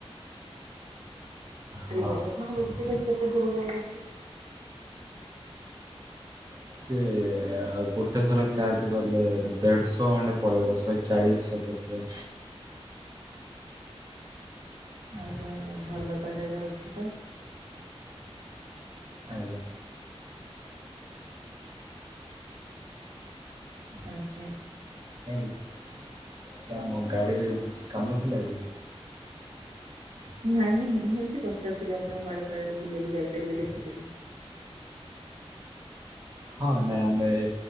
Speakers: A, on the right; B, on the right.
A: ହଁ
B: ଗାଡି ଆପଣଙ୍କ ବେଟୀ ଗାଡି କେତେ ଦୂର ଯାଉଅଛି
A: ସେ ଆଉ ଗୋଟେ ଥର ଚାର୍ଜ କଲେ ଦେଢଶହ ଖଣ୍ଡେ ପଳେଇବ ଶହେ ଚାଳିଶ ସ ପଚଶ
B: ହ ଆଜ୍ଞା ଆଜ୍ଞା ଭଲ ତାହେଲେ ଯାଉଛି ତ
A: ଆଜ୍ଞା।
B: ଆଜ୍ଞା।
A: କିଛି ଗାଡ଼ିରେ କିଛି କାମ ଥିଲା କି?
B: <unintelligible> ନାଇଁ ନାଇଁ ମୁଁ ଏମତି ପଚାରୁଥିଲି ଆପଣଙ୍କ କୁଆଡ଼େ କୁଆଡ଼େ ବୁଲିବାକୁ ଯାଇପାରିବେ ଦେଖୁଥିଲି। <unintelligible>
A: ହଁ ନାଇଁ ଆମେ